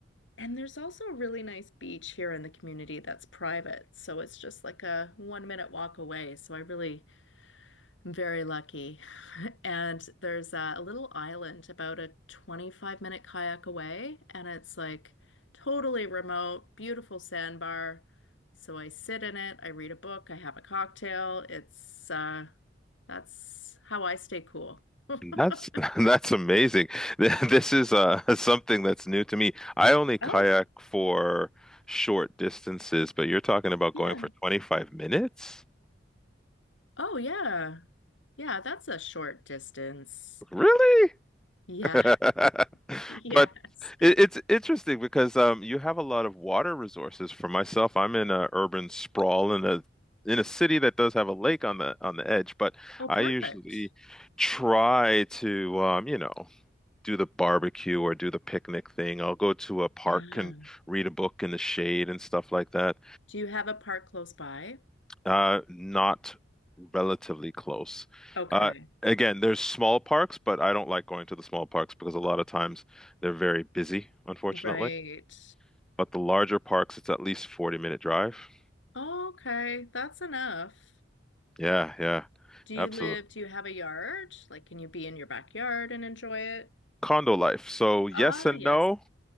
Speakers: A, on the left; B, in the centre.
A: And there's also a really nice beach here in the community that's private. So it's just like a one minute walk away. So I really am very lucky. <laughs> And there's uh, a little island about a 25 minute kayak away. And it's like totally remote, beautiful sandbar. So I sit in it, I read a book, I have a cocktail. It's uh, that's how I stay cool. <laughs>
B: that's <laughs> that's amazing. Th- This is uh, <laughs> something that's new to me. I only kayak
A: Oh,
B: for short distances, but you're talking about
A: Yeah.
B: going for 25 minutes?
A: Oh, yeah. Yeah, that's a short distance.
B: Really?
A: Yeah.
B: <laughs>
A: <laughs>
B: But
A: Yes.
B: it, it's interesting because um, you have a lot of water resources. For myself, I'm in a urban sprawl in a in a city that does have a lake on the on the edge, but
A: Oh,
B: I
A: perfect.
B: usually try to um, you know, do the barbecue or do the picnic thing. I'll go to a park
A: Yeah.
B: and read a book in the shade and stuff like that.
A: Do you have a park close by?
B: Uh, not relatively close.
A: Okay.
B: Uh, again, there's small parks, but I don't like going to the small parks because a lot of times they're very busy, unfortunately.
A: Right.
B: But the larger parks, it's at least 40 minute drive.
A: Oh, okay. That's enough.
B: Yeah, yeah,
A: Do you
B: absolutely.
A: live, do you have a yard? Like, can you be in your backyard and enjoy it?
B: Condo life. So yes
A: Ah,
B: and
A: yes.
B: no.